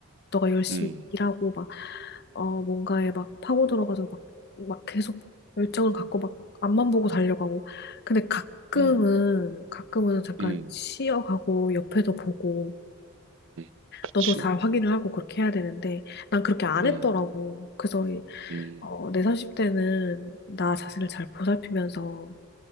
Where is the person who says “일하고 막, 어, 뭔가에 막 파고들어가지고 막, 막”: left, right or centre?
Left